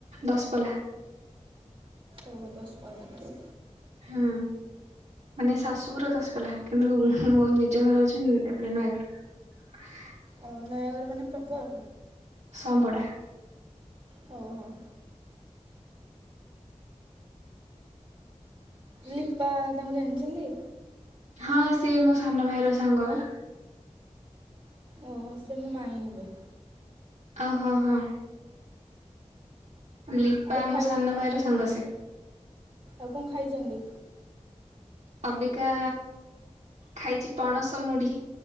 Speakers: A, on the right; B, on the right.
A: ଦଶ୍ ପଲା
B: ଓ ହୋ ଦଶପଲ୍ଲା
A: ହୁଁ ମାନେ ଶାଶୁଘର ଦଶପଲ୍ଲା କିନ୍ତୁ ମୋ ନିଜ ଘର ହଉଛି ଏପଟେ ନୟାଗଡ଼ <inaudible>
B: ଆଉ ନୟାଗଡ ମାନେ ପ୍ରପର୍
A: ସଂପଡା
B: ହଉ ହଉ ଲିପା ତାଙ୍କୁ ଜାଣିଛନ୍ତି।
A: ହଁ ସେ ମୋ ସାନ ଭାଇ ର ସାଙ୍ଗ ବା
B: ଓହୋ ସେ ମୋ ମାଇଁ ହେବେ
A: ଅ ହ ହଁ ଲିପା
B: ଆଉ ଖାଇ
A: ମୋ ସାନ ଭାଇର ସାଙ୍ଗ ସେ
B: ଆଉ କଣ ଖାଇଚନ୍ତି?
A: ଅବିକା ଖାଇଚି ପଣସ ମୁଢି